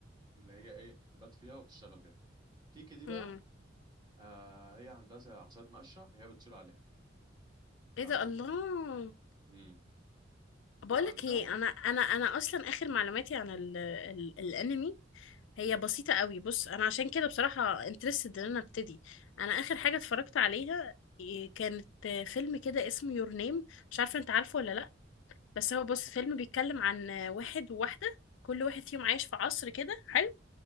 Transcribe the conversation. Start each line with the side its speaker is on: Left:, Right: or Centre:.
Right: ان هي ايه تبات فيها وتشتغل بيها كيكي دي بقى
Left: أمم.
Right: آه هي عندها زي عصايه مقشه هي بتطير عليها
Left: ايه
Right: تمام
Left: ده الله
Right: امم
Left: بقولك
Right: وعندها
Left: ايه انا انا انا اصلا اخر معلوماتي عن ال ال الانمي هي بسيطه قوي بص انا عشان كده بصراحه انترستد ان انا ابتدي انا اخر حاجه اتفرجت عليها إيه، كانت آه، فيلم كده اسمه يور نيم مش عارفه انت عارفه ولا لا بس هو بص فيلم بيتكلم عن آه، واحد وواحده كل واحد فيهم عايش في عصر كده حلو